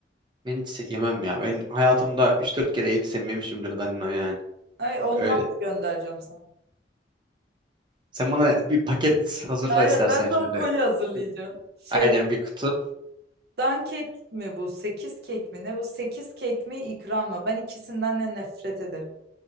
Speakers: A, on the right; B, on the right.
A: Ben hiç yemem ya. Ben hayatımda üç dört kere yediysem yemişimdir Danino yani.
B: Ay ondan
A: Öyle.
B: da göndereceğim sana.
A: Sen bana bir paket hazırla
B: Aynen
A: istersen
B: ben sana
A: şöyle.
B: kolye hazırlayacağım.
A: Bir-
B: Şey,
A: Aynen bir kutu.
B: dan kek mi bu? Sekiz kek mi? Ne bu? Sekiz kek mi ikram mı? Ben ikisinden de nefret ederim.